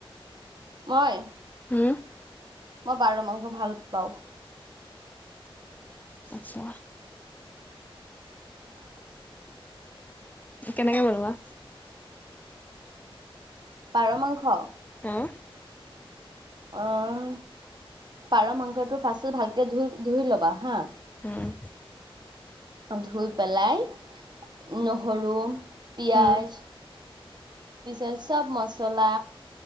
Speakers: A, on the right (about 50°); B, on the left (about 15°).
A: মই।
B: হুম?
A: মই পাৰ মাংস ভাল পাওঁ।
B: আচ্ছা।
A: <inaudible>
B: কেনেকে বনোৱা?
A: পাৰ মাংস?
B: উম।
A: অহ, পাৰ মাংসটো ফাৰ্ষ্টে ভালকে ধুই ধুই ল'বা হা
B: উম
A: ধুই পেলাই নহৰু, পিয়াঁজ,
B: উম,
A: পিছত চব মচলা